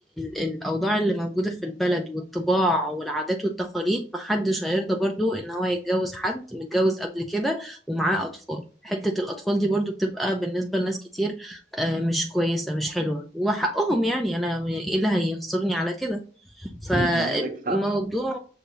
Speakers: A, in the centre; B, on the right (about 45°).
A: للأوضاع اللي موجودة في البلد والطباع والعادات والتقاليد محدش هيرضى برضو إن هو يتجوز حد متجوز قبل كده ومعاه أطفال حتة الأطفال دي برضو بتبقى بالنسبة لناس كتير آه، مش كويسة مش حلوة وحقهم يعني أنا إيه اللي هيخسرني على كده فالموضوع
B: مم، عندك حق